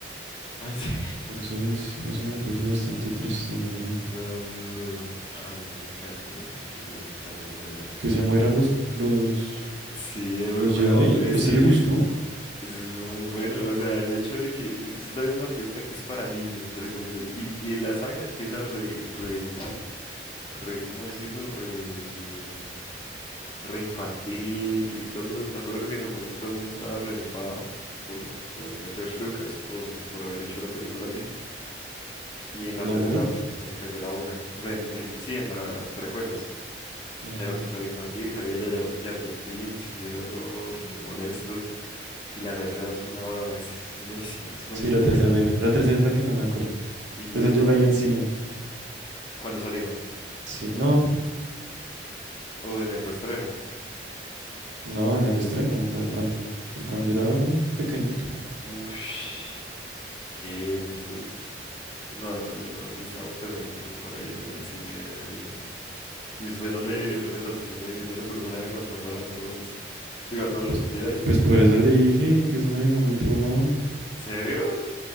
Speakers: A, on the left (about 30°); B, on the right (about 85°).
A: Ah, ¿en serio?
B: Entonces,
A: <laughs>
B: eso me puso bastante triste, la verdad.
A: No, eso a mí me encanta esa, esa precuela.
B: Que se mueran los, los,
A: Sí, es muy
B: los
A: bueno.
B: Jedi,
A: Es
B: ¿a usted
A: que
B: le gustó?
A: es, eso es muy bueno. O sea, el hecho de que, de que usted sabe una película que es para niños, entre comillas, y, y la saga empieza re, re, re, ¿cómo decirlo? Re re infantil y todo el mundo, me acuerdo que en el momento todo el mundo estaba re enfadado por, por- con George Lucas por, por haber hecho la película así. Y en
B: ¿La
A: la tercera
B: uno?
A: pf, les cayó la boca. O sea, en, en- sí, en las precuelas.
B: Mm.
A: Era súper infantil, salía ya Jar Jar Jar Binks y era todo re molesto. Y la tercera es una obra maestra, es que es buenísima, es buenísima.
B: Sí, la tercera
A: Y, me la-
B: es muy buena. La tercera es la que más me acuerdo.
A: y
B: Esa
A: es
B: yo
A: la...
B: la vi en cine.
A: cuando salió,
B: Sí, no,
A: o en el reestreno.
B: no, en el estreno, eh, cuando, pues, cuando yo era pequeñito.
A: Ush, qué épico. No, no, yo no, yo estaba muy peladito como para ir al cine a ver eso. Y usted no le, no le, tra- no le, no le produjo nada cuando mataron a todos los Sith. Digo, a todos
B: Pues,
A: los Jedi.
B: pues por eso le dije que eso me dejó muy traumado.
A: ¿En serio?